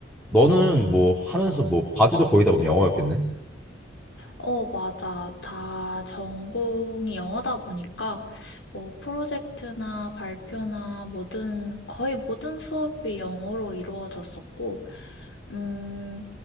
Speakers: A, in the centre; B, on the left.
A: 너는 뭐 하면서 뭐 과제도 거의 다 그럼 영어였겠네?
B: 어, 맞아. 다 전공이 영어다 보니까, 뭐, 프로젝트나 발표나 모든, 거의 모든 수업이 영어로 이루어졌었고, 음,